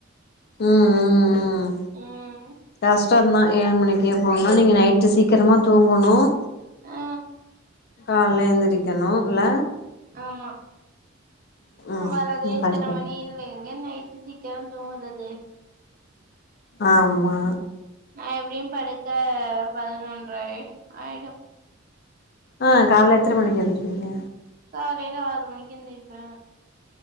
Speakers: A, on the left; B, on the right.
A: ம் ம் ம்
B: ம்
A: கஸ்டோதான் ஏழு மணிக்கே போனுனா நீங்க நைட்டு சீக்கிரமா தூங்கணும்
B: ஆ
A: கால்ல எழுந்திரிக்கணும் இல
B: ஆமா
A: ம்
B: அவரதேன்
A: ம்
B: இத்தன
A: கஷ்டந்தா
B: மணி இல்ல மையம் ஆயிருச்சு சீக்கிரம் தூங்குறது
A: ஆமா
B: நா எப்டியும் படுக்க பதினொன்ற ஆய் ஆயிடோம்
A: ஆ கால எத்தன மணிக்கு ஏந்திருப்பிங்க
B: காலைல ஆறு மணிக்கு எந்திருப்பன்